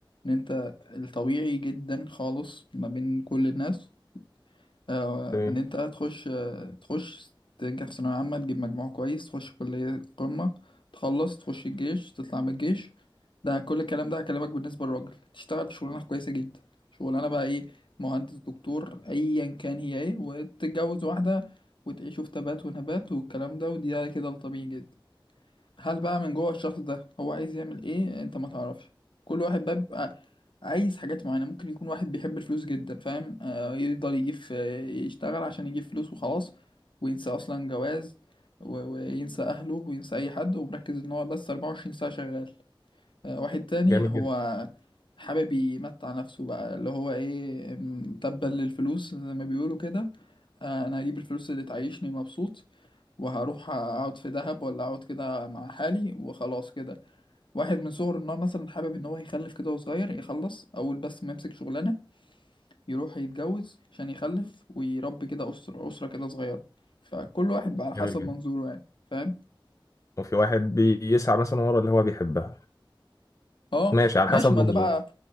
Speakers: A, on the left; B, on the left.
A: ان انت الطبيعي جدا خالص ما بين كل الناس آه،
B: تمام
A: ان انت تخش آه، تخش تنجح في ثانوية عامة تجيب مجموع كويس تخش كلية قمة تخلص تخش الجيش تطلع من الجيش ده كل الكلام ده هكلمك بالنسبة للراجل تشتغل في شغلانة كويسة جدا شغلانة بقى ايه مهندس دكتور ايا كان هي ايه وتتجوز واحدة وتعيشوا في تبات ونبات والكلام ده ودي كده الطبيعي جدا هل بقى من جوه الشخص ده هو عايز يعمل ايه انت ما تعرفش كل واحد بقى بيبقى عايز حاجات معينة ممكن يكون واحد بيحب الفلوس جدا فاهم آه يفضل يجيب في- يشتغل عشان يجيب فلوس وخلاص وينسى اصلا جواز و- وينسى اهله وينسى اي حد ومركز ان هو بس 24 ساعة شغال آه واحد تاني
B: جميل
A: هو
B: جدا
A: حابب يمتع نفسه بقى اللي هو ايه م، تبا للفلوس زي ما بيقولوا كده آه انا هجيب الفلوس اللي تعيشني مبسوط وهروح اقعد في دهب ولا اقعد كده مع حالي وخلاص كده واحد من صغره ان هو مثلا حابب ان هو يخلف كده وهو صغير يخلص اول بس ما يمسك شغلانه يروح يتجوز عشان يخلف ويربي كده اسره اسره كده صغيره فكل واحد بقى على حسب
B: جميل جدا
A: منظوره يعني فاهم
B: وفي واحد بيسعى مثلا ورا اللي هو بيحبها
A: اه
B: ماشي على
A: ماشي
B: حسب
A: ما
B: منظور
A: ده بقى